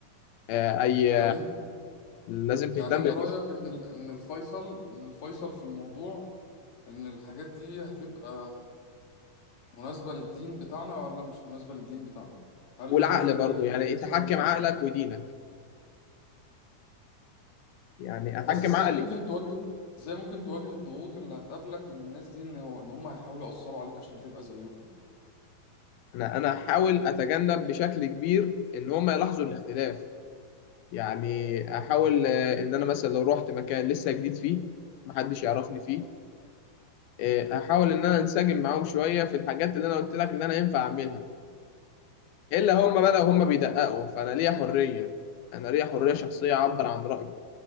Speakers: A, on the left; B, on the left.
A: آه، اي
B: يعني أنت
A: لازم تهتم
B: يعني أنت
A: بيهم.
B: رأيك إن ال- إن الفيصل إن الفيصل في الموضوع إن الحاجات دي هتبقى مناسبة للدين بتاعنا ولا مش مناسبة للدين بتاعنا هل
A: والعقل
B: هي مفيدة
A: برضو
B: للناس
A: يعني تحكم
B: ولا مش
A: عقلك
B: مفيدة
A: ودينك يعني احكم
B: بس ازاي
A: عقلي
B: ممكن تواجه ازاي ممكن تواجه الضغوط اللي هتقابلك من الناس دي ان ان هم هيحاولوا يأثروا عليك عشان تبقى زيهم
A: انا انا احاول اتجنب بشكل كبير ان هم يلاحظوا الاختلاف يعني احاول آه، ان انا مثلا لو رحت مكان لسه جديد فيه محدش يعرفني فيه آه، احاول ان انا انسجم معاهم شويه في الحاجات اللي انا قلت لك ان انا ينفع اعملها الا هم بقى لو هم بيدققوا فانا ليا حريه انا ليا حريه شخصيه اعبر عن رايي